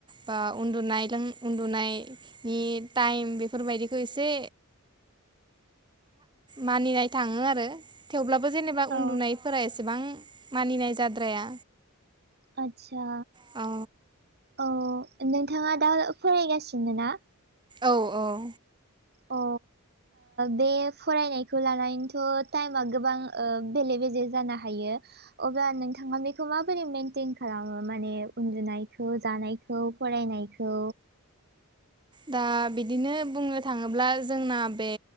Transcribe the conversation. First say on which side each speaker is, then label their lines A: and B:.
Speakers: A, on the right (about 20°); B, on the right (about 45°).
A: बा उन्दुनाय लों उन्दुनायनि टाइम बेफोरबायदिखौ एसे। मानिनाय थाङो आरो थेवब्लाबो जेनेबा
B: औ
A: उन्दुनायफोरा एसे एसेबां मानिनाय जाद्राया
B: आतसा
A: औ
B: औ नोंथाङा दा फरायगासिनो ना
A: औ-औ
B: अ बे फरायनायखौ लानानैथ टाइमा गोबां बेले बेजे जानो हायो अब्ला नोंथाङा बेखौ माबोरै मेनन्टेन खालामो माने उन्दुनायखौ जानायखौ फरायनायखौ
A: दा बिदिनो बुंनो थाङोब्ला जोंना बे